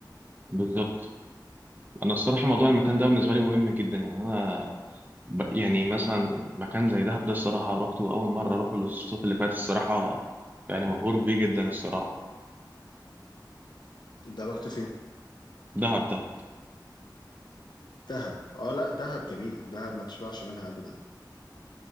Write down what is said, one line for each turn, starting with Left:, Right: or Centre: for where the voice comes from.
Right: بالظبط انا الصراحه موضوع المكان ده بالنسبه لي مهم جدا يعني انا ب... يعني مثلا مكان زي دهب ده الصراحه روحته اول مره اروحه الصيف اللي فات الصراحه يعني مبهور بيه جدا الصراحه
Left: ده رحت فين؟
Right: دهب دهب
Left: دهب اه لا دهب جميلة دهب ما تشبعش منها أبدا